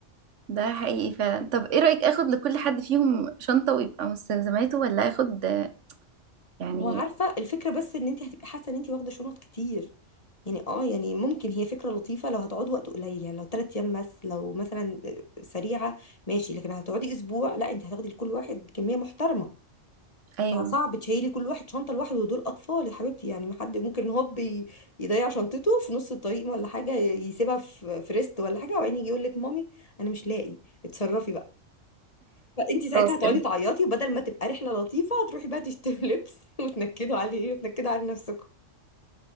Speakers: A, on the right (about 75°); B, on the left (about 30°).
A: ده حقيقي فعلا طب ايه رأيك اخد لكل حد فيهم شنطة ويبقى مستلزماته ولا اخد آه، يعني
B: ما هو عارفه الفكره بس ان انت هتبقي حاسه ان انت واخده شنط كتير يعني اه يعني ممكن هي فكره لطيفه لو هتقعد وقت قليل يعني لو ثلاث ايام بس لو مثلا سريعه ماشي لكن هتقعدي اسبوع لا انت هتاخدي لكل واحد كميه محترمه
A: ايوه
B: فصعب تشيلي كل واحد شنطه لوحده ودول اطفال يا حبيبتي يعني ما حد ممكن هوب ي- يضيع شنطته في نص الطريق ولا حاجه يسيبها في في ريست ولا حاجه وبعدين يجي يقول لك مامي انا مش لاقي اتصرفي فانت ساعتها
A: خلاص
B: هتقعدي
A: كده
B: تعيطي بدل ما تبقى رحله لطيفه هتروحي بقى تشتري لبس <laughs> وتنكدوا عليه وتنكدوا على نفسكم